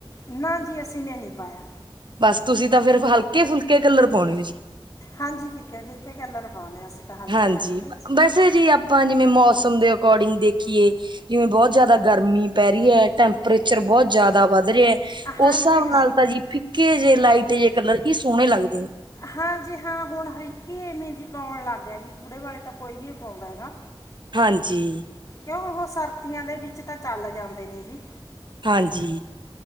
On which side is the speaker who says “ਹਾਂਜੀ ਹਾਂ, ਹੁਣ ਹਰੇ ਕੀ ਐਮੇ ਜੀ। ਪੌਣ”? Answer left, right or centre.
Left